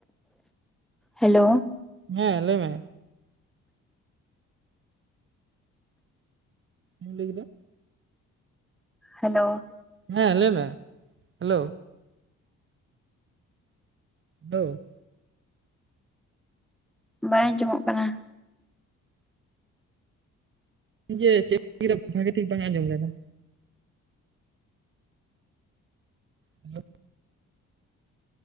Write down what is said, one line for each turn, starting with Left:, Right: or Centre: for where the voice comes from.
Centre: ᱦᱮᱞᱳ᱾
Right: ᱦᱮᱸ ᱞᱟᱹᱭ ᱢᱮ᱾ ᱪᱮᱢ ᱞᱟᱹᱭ ᱠᱮᱫᱟ?
Centre: ᱦᱮᱞᱳ᱾
Right: ᱦᱮᱸ ᱞᱟᱹᱭ ᱢᱮ, ᱦᱮᱞᱳ᱾ ᱦᱮᱞᱳ᱾
Centre: ᱵᱟᱭ ᱟᱸᱡᱚᱢᱚᱜ ᱠᱟᱱᱟ᱾
Right: ᱡᱮ ᱪᱮᱫ <unintelligible> ᱵᱷᱟᱜᱮ ᱴᱷᱤᱠ ᱵᱟᱝ ᱟᱸᱡᱚᱢ ᱞᱮᱱᱟ᱾ Hello.